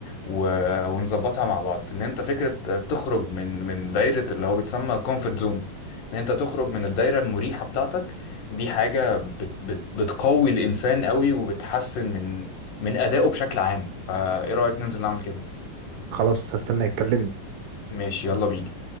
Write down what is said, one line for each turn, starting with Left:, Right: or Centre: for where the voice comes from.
Left: و- ونظبطها مع بعض ان انت فكره تخرج من من دايره اللي هو بيتسمى كومفورت زون ان انت تخرج من الدايره المريحه بتاعتك دي حاجة بت بت بتقوي الإنسان قوي وبتحسن من من أدائه بشكل عام فإيه رأيك ننزل نعمل كده
Right: خلاص هستناك كلمني
Left: ماشي يلا بينا